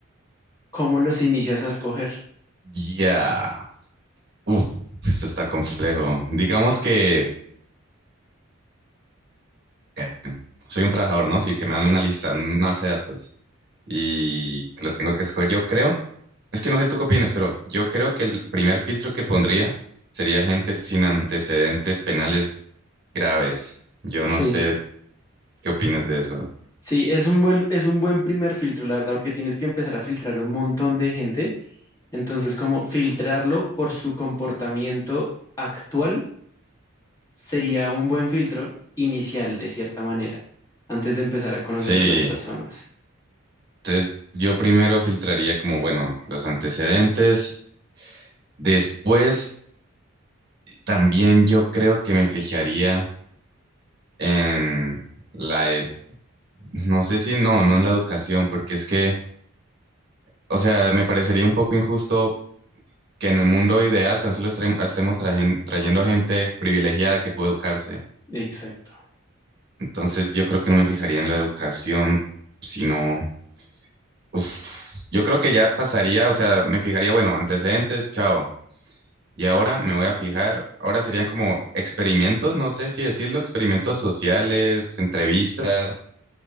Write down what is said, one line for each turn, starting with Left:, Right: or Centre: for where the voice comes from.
Left: ¿Cómo los inicias a escoger?
Right: Ya, Uf, esto está complejo. Digamos que eh, soy un trabajador, ¿no? Sí, que me dan una lista, una base de datos y que los tengo que escoger. Yo creo, es que no sé tú qué opinas, pero yo creo que el primer filtro que pondría sería gente sin antecedentes penales graves. Yo
Left: Sí,
Right: no sé qué opinas de eso.
Left: Sí, es un buen, es un buen primer filtro, la verdad, porque tienes que empezar a filtrar un montón de gente. Entonces, como filtrarlo por su comportamiento actual sería un buen filtro inicial, de cierta manera, antes de empezar a conocer
Right: Sí.
Left: a las personas.
Right: Entonces, yo primero filtraría como, bueno, los antecedentes. Después, también yo creo que me fijaría en la, ed- no sé si no, no en la educación, porque es que, o sea, me parecería un poco injusto que en el mundo ideal tan solo estre- estemos trajen- trayendo gente privilegiada que puede educarse.
Left: Exacto.
Right: Entonces, yo creo que no me fijaría en la educación, sino, uf, yo creo que ya pasaría, o sea, me fijaría, bueno, antecedentes, chao. Y ahora me voy a fijar, ahora serían como experimentos, no sé si decirlo, experimentos sociales, entrevistas,